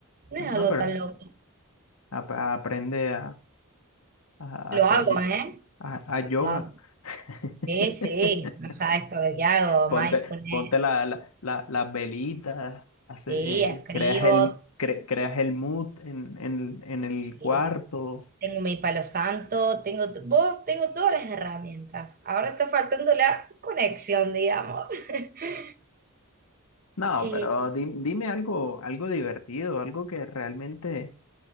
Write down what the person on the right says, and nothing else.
No
es algo
tan loco,
Lo
hago,
¿eh?
Lo hago.
Sí, sí, no sabes todo lo que hago,
mindfulness,
sí, escribo,
sí,
tengo mi palo santo, tengo, t- vos tengo todas las herramientas. Ahora está faltando la conexión, digamos. <laughs>
Eh,